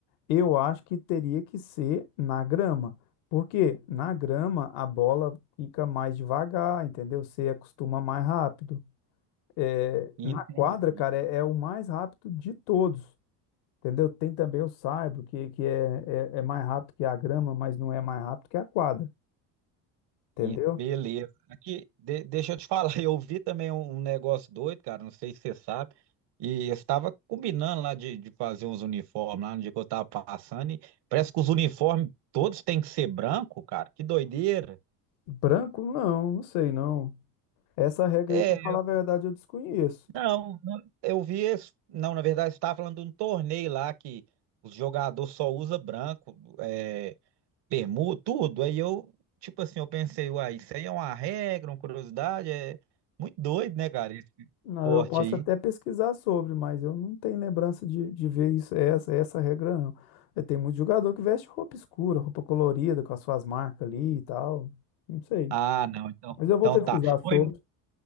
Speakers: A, on the left; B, on the right.
A: Eu acho que teria que ser na grama, porque na grama a bola fica mais devagar, entendeu? Você acostuma mais rápido. É,
B: Entendi.
A: na quadra, cara, é, é o mais rápido de todos, entendeu? Tem também o saibro, que, que é, é, é mais rápido que a grama, mas não é mais rápido que a quadra, entendeu?
B: E- Beleza. Aqui, de- deixa eu te falar, <laughs> eu vi também um, um negócio doido, cara, não sei se você sabe. E eu estava combinando lá de, de fazer uns uniformes lá no dia que eu estava passando. E parece que os uniformes todos têm que ser branco, cara. Que doideira.
A: Branco, não, não sei não. Essa regra
B: É,
A: aí, pra falar a verdade, eu desconheço.
B: não, não, eu vi esse. Não, na verdade, você estava falando de um torneio lá que os jogadores só usam branco. é, permuta, tudo. Aí eu, tipo assim, eu pensei, uai, isso aí é uma regra, uma curiosidade, é muito doido, né, cara, esse
A: Não,
B: esporte
A: eu posso
B: aí.
A: até pesquisar sobre, mas eu não tenho lembrança de, de ver isso, é essa, é essa regra, não. Eh, Tem muito jogador que veste roupa escura, roupa colorida, com as suas marcas ali e tal. Não sei.
B: Ah, não, então,
A: Mas eu
B: então
A: vou É um-
B: tá.
A: pesquisar sobre.
B: Foi,